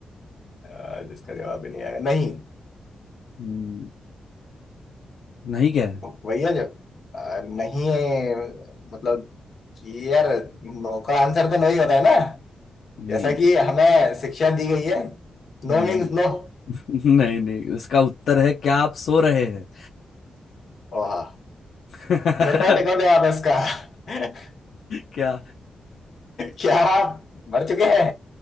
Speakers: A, on the left; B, on the left.
A: आ, जिसका जवाब ही नहीं आया नहीं
B: हम्म, नहीं क्या है
A: वही है जो आ, नहीं है मतलब कि यार नो का आंसर तो नहीं होता है ना
B: नहीं
A: जैसा कि हमें शिक्षा दी गई है नो
B: नहीं
A: मीन्स नो
B: नहीं नहीं, उसका उत्तर है क्या आप सो रहे हैं
A: ओह
B: <laughs>
A: मेरे पास एक और जवाब है इसका <laughs>
B: क्या
A: क्या आप मर चुके हैं